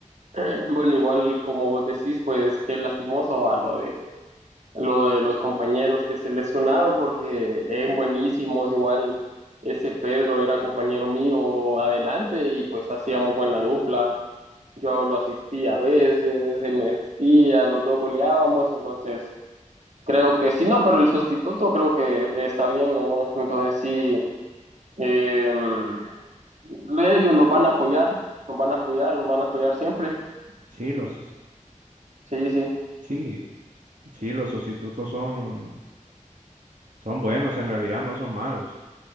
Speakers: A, on the right (about 60°); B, on the right (about 75°).
A: <clears throat> Bueno, igual como vos decís, pues qué lastimoso va lo de lo de los compañeros que se lesionaron porque eran buenísimos, igual ese Pedro era compañero mío adelante y pues hacíamos buena dupla. Yo lo asistía a veces, él me asistía, los dos goleábamos, entonces creo que sí, no, pero el sustituto creo que está bien, ¿no? Entonces sí, em, ellos nos van a apoyar, nos van a apoyar, nos van a apoyar siempre.
B: Sí, los,
A: Sí, sí.
B: Sí, sí, los sustitutos son, son buenos, en realidad no son malos.